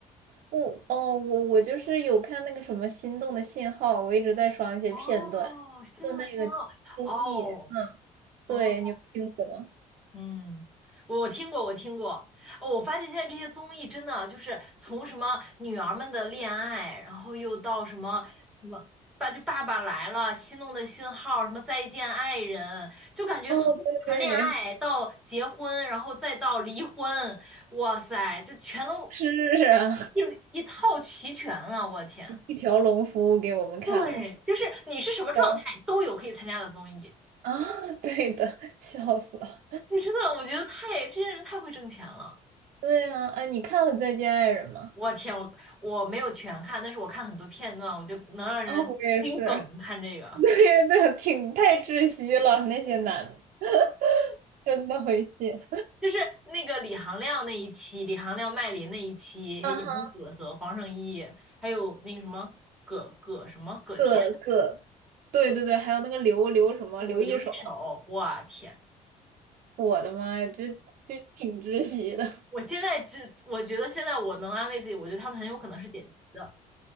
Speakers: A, on the right (about 70°); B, in the centre.
A: 我哦，我我就是有看那个什么《心动的信号》，我一直在刷那些片段，
B: 哦，心动的信号，
A: 就那个综艺，
B: 哦
A: 对，
B: 哦，
A: 你有听过吗？
B: 嗯，我我听过，我听过。哦，我发现现在这些综艺真的就是从什么女儿们的恋爱，然后又到什么什么爸就爸爸来了，心动的信号，什么再见爱人，就感觉从谈恋爱到结婚，
A: 哦，对，
B: 然后再到离婚，哇塞，就全都
A: <laughs> 是啊，
B: 一一套齐全了。我天，
A: <laughs> 一条龙服务给我们看了。
B: 对，就是你是什么状态都有可以参加的综艺，
A: 有啊，<laughs> 对的，笑死了。
B: 就真的我觉得太这些人太会挣钱了。
A: 对啊，哎，你看了《再见爱人》吗？
B: 我天，我我没有全看，但是我看很多片段，我就能让人心梗。
A: 啊，我也是，
B: 看这个，
A: <laughs> 对对，挺太窒息了，那些男的真的会谢。
B: 就是那个李行亮那一期，李行亮、麦琳那一期，
A: 啊哈，
B: 还有杨紫和黄圣依，还有那个什么葛葛什么葛天，
A: 各个。对对对，还有那个刘刘什么刘一手，
B: 我留一手。我天，
A: 我的妈呀，这这挺窒息的。
B: 我现在只我觉得现在我能安慰自己，我觉得他们很有可能是剪辑的，